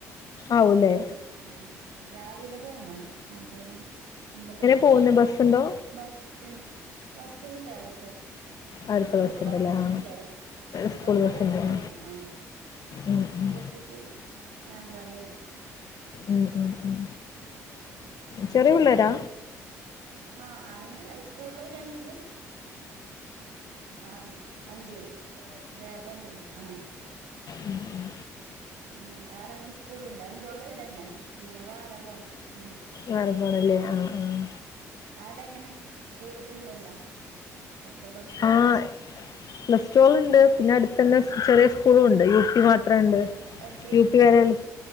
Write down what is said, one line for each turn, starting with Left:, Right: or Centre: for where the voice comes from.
Left: ആവുലേ,
Right: ആഹ് രാവിലെ പോന്ന് രണ്ട്രര മണിയ അമ്പതര
Left: പോക്ന്ന ബസ് ട്ട്ണ്ടോ?
Right: ബസ്സ് ഇണ്ട് ബസ്സ് ഇണ്ട് അവിട്ക്ക്
Left: അടുത്ത
Right: സ്കൂൾ
Left: ബസ്സുണ്ടല്ലേ
Right: ബസ്സന്നെ
Left: ആ
Right: ഇണ്ടേ
Left: സ്കൂൾ
Right: ഒമ്പത്
Left: ബസ്സുണ്ട്
Right: മണിക്ക്
Left: ആ
Right: വര്ന്ന, ആഹ്,
Left: ഉം
Right: അവിട്ന്ന്
Left: ഉം
Right: കേട്ടിട്ട് നാലരാ ബര്ന്ന്,
Left: ഉം ഉം ഉം ചെറിയ പിള്ളാരാ?
Right: ആഹ് അങ്ങനെ സ്കൂള്ല് രണ്ടിലും, നാല് അഞ്ചില് രാ പെണ്ണുണ്ട്, ആഹ്
Left: ഉം ഉം
Right: അങ്ങനെ ആടന്നെ സ്കൂള്ണ്ട് അഞ്ചോളം ഈടെന്നെ പിന്ന വേറ പോണം ഉം,
Left: വേറ പോണല്ലെ ആഹ് ആഹ്,
Right: ആടെ എങ്ങന സ്കൂള് ഫുള്ള്ണ്ടൊ പത്ത് പ്ലസ് ട്ടോള
Left: ആ ആ പ്ലസ് ട്ടോള്ണ്ട് പിന്ന അട്ത്തെന്നെ ചെറിയ സ്കൂളുണ്ട് യൂ പി മാത്രണ്ട്,
Right: L K
Left: U
Right: G U
Left: P
Right: K
Left: വരേണ്ട്,
Right: G